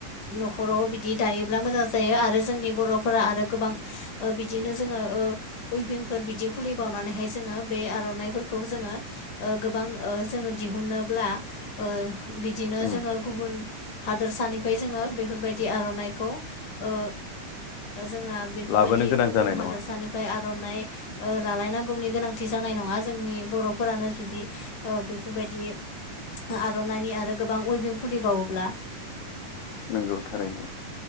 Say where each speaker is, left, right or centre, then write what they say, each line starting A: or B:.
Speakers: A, on the left; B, on the left.
A: न'खराव बिदि दायोब्ला मोजां जायो आरो जोंनि बर बर'फोरा आरो गोबां ओ बिदिनो जोङो ओ उइभिंफोर बिदि खुलिबावनानैहाय जोङो बे आर'नाइफोरखौ जोङो ओ गोबां ओ जोङो दिहुनोब्ला ओ बिदिनो
B: उम
A: जोङो गुबुन हादोरसानिफ्राय जोङो बेफोरबायदि आर'नाइखौ ओ जोंहा बेफोरबायदि
B: लाबोनो गोनां
A: गुबुन
B: जानाय
A: हादरसानिफ्राय
B: नङा
A: आर'नाइ ओ लालायनांगौनि गोनांथि थि जानाय नङा जोंनि बर'फोरानो जुदि ओ बेफोरबायदि आर'नाइनि आरो गोबां उइभिं खुलिबावोब्ला
B: नोंगौ थारैनो